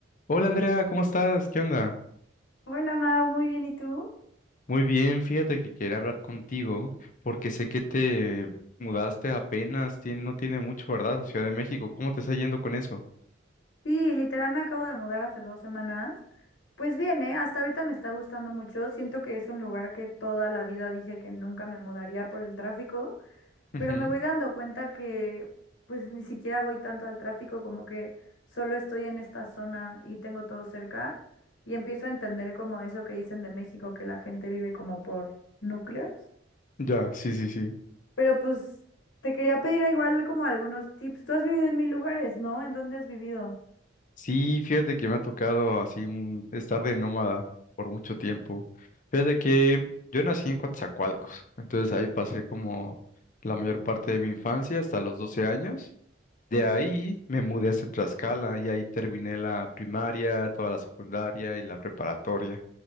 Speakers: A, on the left; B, on the left.
A: Hola Andrea, ¿cómo estás? ¿Qué onda?
B: Hola Mau, muy bien, ¿y tú?
A: Muy bien, fíjate que quería hablar contigo porque sé que te mudaste apenas, tien- no tiene mucho, ¿verdad? A Ciudad de México, ¿cómo te está yendo con eso?
B: Sí, literal me acabo de mudar hace dos semanas. Pues bien, ¿eh? Hasta ahorita me está gustando mucho. Siento que es un lugar que toda la vida dije que nunca me mudaría por el tráfico,
A: Ujú.
B: pero me voy dando cuenta que pues ni siquiera voy tanto al tráfico, como que solo estoy en esta zona y tengo todo cerca y empiezo a entender como eso que dicen de México, que la gente vive como por núcleos.
A: Ya, sí, sí, sí.
B: Pero pues te quería pedir igual como algunos tips. Tú has vivido en mil lugares, ¿no? ¿En dónde has vivido?
A: Sí, fíjate que me ha tocado así un, estar de nómada por mucho tiempo. Fíjate que yo nací en Coatzacoalcos, entonces ahí pasé como la mayor parte de mi infancia hasta los 12 años De
B: Ujú.
A: ahí me mudé hacia Tlaxcala y ahí terminé la primaria, toda la secundaria y la preparatoria.